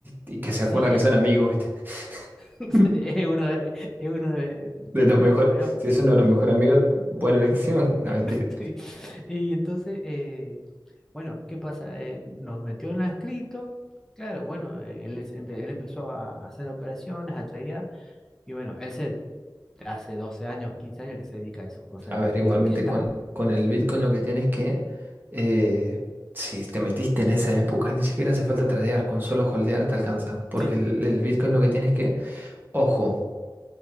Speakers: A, on the right (about 25°); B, in the centre.
A: y- y que se
B: Sí,
A: acuerda que son
B: es,
A: amigos, ¿viste?
B: <laughs>
A: <laughs>
B: es uno de, es uno de de
A: De los
B: mi
A: mejores.
B: grupo, digamos.
A: Si es uno de los mejores amigos, buena elección. <laughs> No, mentira.
B: <laughs> Sí. Y entonces, eh, bueno, ¿qué pasa? Eh, nos metió en la escrito. Claro, bueno, eh, él, es- empe- él empezó a hacer operaciones, a tradear. Y bueno, él se, hace 12 años, 15 años que se dedica a eso. O sea,
A: A ver, igualmente
B: que, que está.
A: con, con el Bitcoin lo que tienes que. eh, si te metiste en esa época, ni siquiera hace falta tradear. Con solo holdear te alcanza. Porque
B: Sí,
A: el, el Bitcoin lo que tienes que. Ojo.